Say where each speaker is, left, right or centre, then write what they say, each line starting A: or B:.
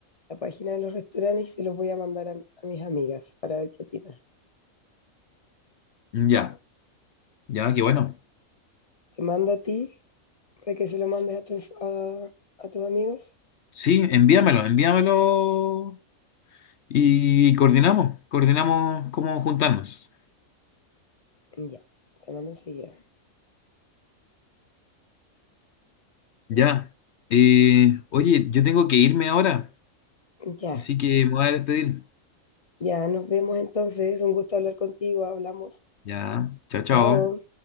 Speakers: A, on the left; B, on the left.
A: la página de los restaurantes y se los voy a mandar a, a mis amigas para ver qué opinan.
B: Ya, ya, qué bueno.
A: Te mando a ti para que se lo mandes a, tus- a, a tus amigos.
B: Sí, envíamelo, envíamelo y coordinamos, coordinamos cómo juntarnos.
A: Mm, Ya, te mando enseguida.
B: Ya. Eh, oye, yo tengo que irme ahora,
A: Ya,
B: así que me voy a despedir.
A: ya, nos vemos entonces. Un gusto hablar contigo. Hablamos.
B: Ya, chao,
A: Chao.
B: chao.